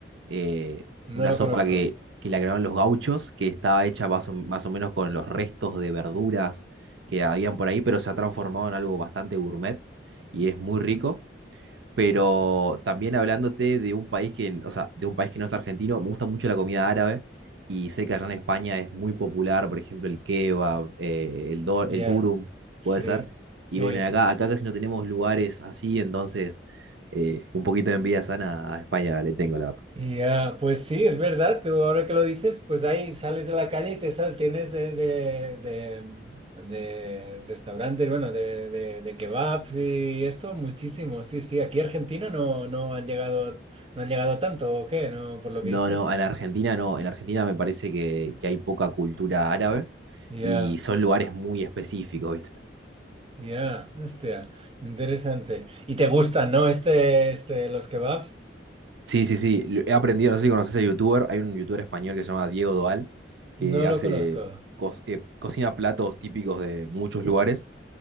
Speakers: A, on the right; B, on the right.
A: eh, una
B: No lo
A: sopa
B: conozco.
A: que, que la crearon los gauchos, que estaba hecha más o, más o menos con los restos de verduras que habían por ahí, pero se ha transformado en algo bastante gourmet y es muy rico pero
B: Hostia.
A: también hablándote de un país que, o sea, de un país que no es argentino, me gusta mucho la comida árabe y sé que allá en España es muy popular, por ejemplo, el kebab, eh, el, do-
B: Ya.
A: el durum,
B: Sí.
A: puede ser.
B: Sí,
A: Y bueno,
B: sí,
A: y acá,
B: sí.
A: acá casi no tenemos lugares así, entonces eh, un poquito de envidia sana a España le tengo, la verdad.
B: Y ah, pues sí, es verdad, tú ahora que lo dices, pues ahí sales de la calle y te sal, tienes de, de, de- de restaurantes, bueno, de, de, de kebabs y esto, muchísimo, sí, sí, aquí Argentina no, no han llegado, no han llegado tanto, ¿o qué? No, por lo
A: No,
B: que dices.
A: no, en Argentina no, en Argentina me parece que, que hay poca cultura árabe
B: Ya,
A: y son lugares muy específicos, ¿viste?
B: ya, hostia, interesante. ¿Y te gustan, no? Este, este, los kebabs,
A: Sí, sí, sí. lo- He aprendido, no sé si conoces a youtuber, hay un youtuber español que se llama Diego Doal, que
B: no lo
A: hace
B: conozco.
A: co- eh, cocina platos típicos de muchos lugares.